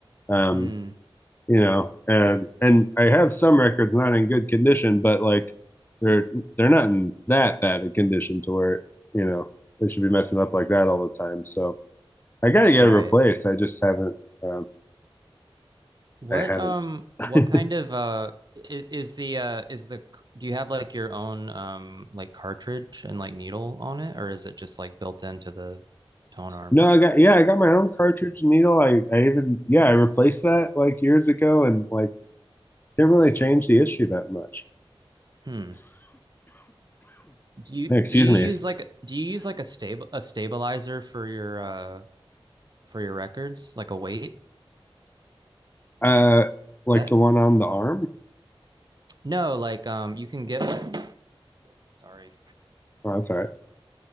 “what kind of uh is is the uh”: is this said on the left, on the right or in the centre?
Right